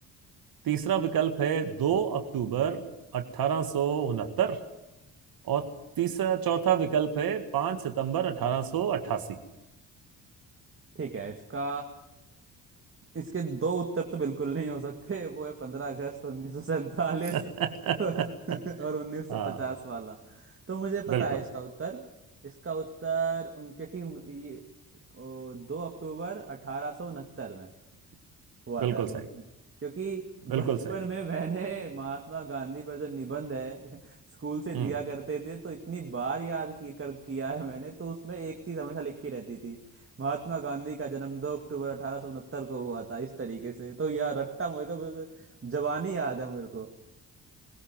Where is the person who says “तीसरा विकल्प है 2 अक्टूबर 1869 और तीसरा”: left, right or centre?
Right